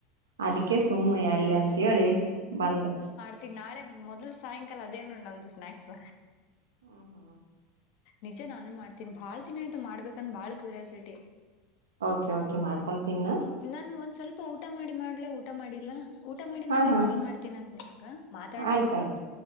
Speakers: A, on the right; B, on the left.
A: ಅದಕ್ಕೆ ಸುಮ್ಮನೆ ಅಲ್ಲಿ ಅಂತೇಳಿ ಬಂದೆ
B: ಮ ನಾಳೆ ಮೊದ್ಲ್ ಸಾಯಂಕಾಲ ಅದೇನು ನಮ್ದು ಸ್ನಾಯಾಕ್ಸ್
A: ಹ್ಮ ಹಾ
B: ನಿಜ ನಾನು ಮಾಡ್ತೀನಿ ಬಾಳ್ ದಿನ ಆಯ್ತು ಮಾಡ್ಬೇಕಂದ ಬಾಳ್ ಕ್ರಾಸಿಟಿ
A: ಓಕೆ ಓಕೆ ಮಾಡ್ಕೊತೀನಾ
B: ನಾನು ಒಂದ್ ಸ್ವಲ್ಪ ಊಟ ಮಾಡಿ ಮಾಡ್ಲೆ ಊಟ ಮಾಡಿಲ್ಲಾ ಊಟ ಮಾಡಿ
A: ಹಾ
B: ಮತ್ತೆ
A: ಹಾ
B: ಕಾಲ್ ಮಾಡ್ತೀನಂತ ನಗ ಮಾತಾಡ್ಬೇಕು
A: ಆಯ್ತಾಯ್ತು